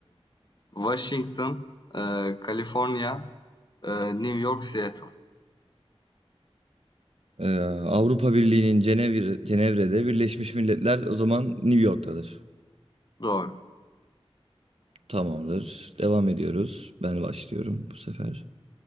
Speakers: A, on the left; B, on the right.
A: Washington, e, Kaliforniya, e, New York, Seattle.
B: Ee, Avrupa Birliği'nin Cenevre, Cenevre'de Birleşmiş Milletler o zaman New York'tadır.
A: Doğru.
B: Tamamdır. Devam ediyoruz. Ben başlıyorum bu sefer.